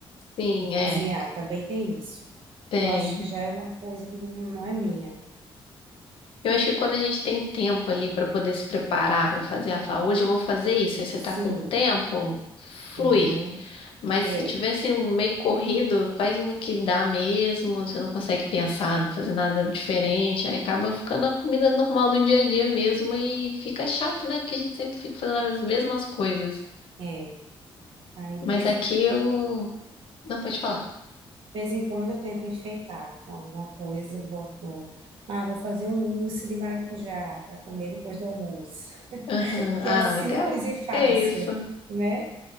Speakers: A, on the left; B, on the right.
A: Sim,
B: De cozinhar.
A: é,
B: Também tem isso.
A: tem.
B: Que eu acho que já é uma coisa que não, não é minha.
A: Eu acho que quando a gente tem tempo ali para poder se preparar para fazer, a falar, hoje eu vou fazer isso, aí você
B: Sim.
A: tá com tempo,
B: Uhum.
A: flui. Mas
B: É,
A: se tivesse um meio corrido, vai no que dá mesmo, você não consegue pensar, não fazer nada diferente, aí acaba ficando a comida normal do dia a dia mesmo e fica chato, né? Porque a gente sempre fica fazendo as mesmas coisas.
B: é. Aí
A: Mas
B: de vez
A: aqui
B: em quando.
A: eu. Não, pode falar.
B: De vez em quando eu tento enfeitar com alguma coisa, boto, ah, vou fazer um mousse de maracujá para comer depois do almoço, <laughs>
A: Aham.
B: que
A: Ah,
B: é simples
A: legal.
B: e fácil,
A: É isso.
B: né?